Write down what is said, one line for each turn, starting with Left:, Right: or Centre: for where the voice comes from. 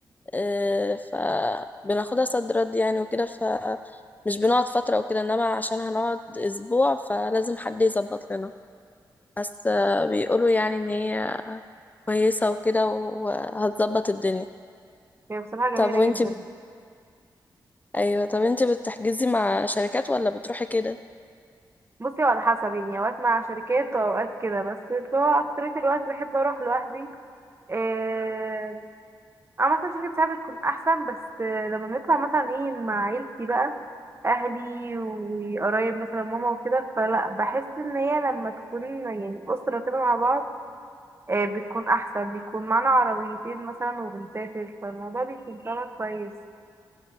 Left: آه، فبناخدها صد رد يعني وكده فمش بنقعد فترة وكده انما عشان هنقعد اسبوع فلازم حد يظبط لنا بس آه، بيقولوا يعني ان هي كويسة وكده وهتظبط الدنيا
Right: هي بصراحة جميلة
Left: طب وانتي
Right: جدا
Left: بت... ايوه طب انتي بتحجزي مع شركات ولا بتروحي كده
Right: بصي هو على حسب يعني اوقات مع شركات واوقات كده بس اللي هو اكترية الوقت بحب اروح لوحدي إيه اه مثلا شركة ساعة بتكون أحسن بس لما بنطلع مثلا ايه مع عيلتي بقى أهلي وقرايب مثلا ماما وكده فلا بحس إن هي لما تكون يعني أسرة كده مع بعض آه، بتكون أحسن بيكون معانا عربيتين مثلا وبنسافر فالموضوع بيكون طعمه كويس